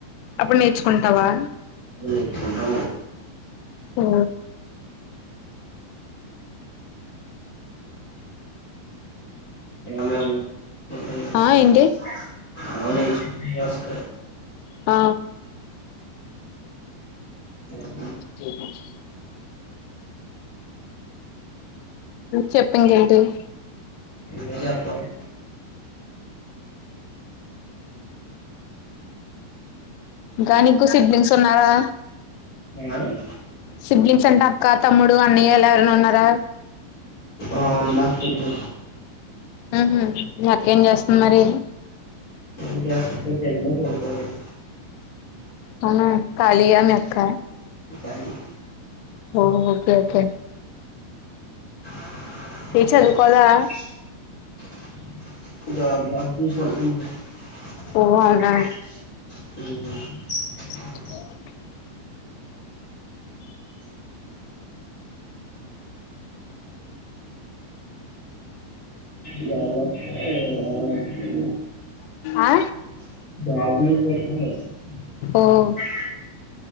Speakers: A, on the left; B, on the left.
A: అప్పుడు నేర్చుకుంటావా
B: నేర్చుకుంటా
A: ఓ
B: అవును
A: ఆ
B: <unintelligible>
A: ఏంటి ఆ
B: అ
A: <inaudible> చెప్పు ఇంకేంటి అ
B: ఏం చెప్పాలి
A: దానికి కూడ సిడ్లింగ్ ఉన్నారా
B: ఏ
A: సిబ్లింగ్స్ అంట అక్క తమ్ముడు అన్న ఎలారున్న ఉన్నార
B: ఆ ఉంది అక్క ఉంది
A: ఉహు మీ ఏం చేస్తుంది మరి
B: తిన్న తిన్న పడుకోవడమే
A: అవునా కలియ మీ అక్క
B: కాలీ
A: ఓ ఓకే ఓకే
B: జాబ్
A: ఏ చదువుకోదా
B: <unintelligible>
A: ఓ అవునా
B: హమ్
A: అహ
B: <inaudible>
A: ఆ
B: <unintelligible>
A: ఓ